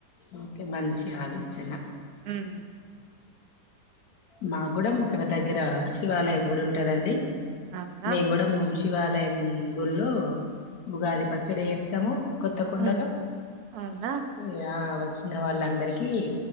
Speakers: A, on the left; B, on the right.
A: ఓకే మంచి ఆలోచన
B: ఉమ్
A: మా గూడ ఇక్కడ దగ్గర శివాలయం గుడి ఉంటాదండి
B: అవునా
A: మేమ్ గుడము శివాలయం హ్మ్ గుళ్ళో ఉగాది పచ్చడి ఎస్తాము కొత్తకుండలో
B: ఉమ్ అవునా
A: ఏఆ వ చిన్న వాళ్ళందరికి